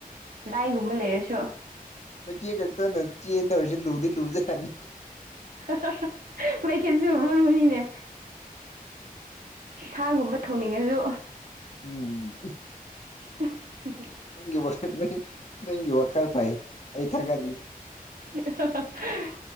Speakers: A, on the right (about 65°); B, on the left (about 45°).
A: ꯂꯥꯏꯒꯨꯝꯕ ꯂꯩꯔꯁꯨ
B: ꯃꯩꯈ‌ꯦꯠ‌ ꯈꯛꯇꯅ ꯆꯦꯟꯗꯧꯔꯤꯁꯤ ꯂꯨꯗꯤ ꯂꯨꯖꯥꯠꯅꯤ
A: <unintelligible> ꯃꯩꯈ‌ꯦꯠꯁꯨ ꯃꯔꯨꯅꯤꯅꯦ ꯁꯥꯒꯨꯝꯕ ꯊꯣꯡꯅꯤꯡꯉꯁꯨ
B: ꯎꯝ
A: <unintelligible>
B: ꯅꯪꯒꯤ ꯋꯥꯈꯜ ꯅꯪ‌ ꯅꯪꯒꯤ ꯋꯥꯈꯜ ꯐꯩ ꯑꯩ ꯊꯥꯒꯠꯂꯤ
A: <unintelligible>